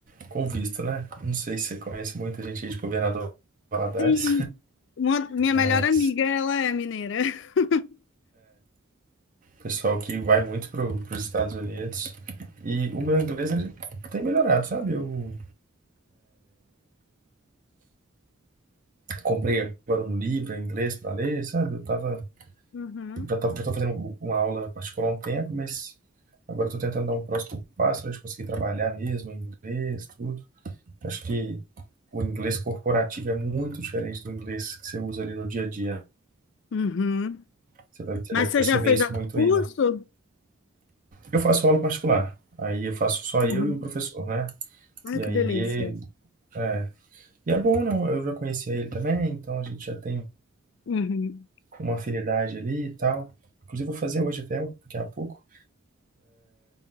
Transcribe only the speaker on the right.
com visto, né? Não sei se você conhece muita gente aí de Governador Valadares,
<laughs>
pessoal que vai muito para os Estados Unidos. E o meu inglês ele tem melhorado, sabe? Eu comprei agora um livro em inglês para ler, sabe? Eu tava,
já tava, já tô fazendo uma aula particular há um tempo, mas agora estou tentando dar um próximo passo para a gente conseguir trabalhar mesmo em inglês, tudo. Acho que o inglês corporativo é muito diferente do inglês que você usa ali no dia a dia.
Você, vai, você
deve
perceber
isso
muito
aí, né? Eu faço aula particular, aí eu faço só
eu e um professor, né?
E
aí
é, E é bom, não? Eu já conhecia ele também, então a gente já tem
uma afinidade ali e tal. Inclusive, vou fazer hoje até, um, daqui a pouco.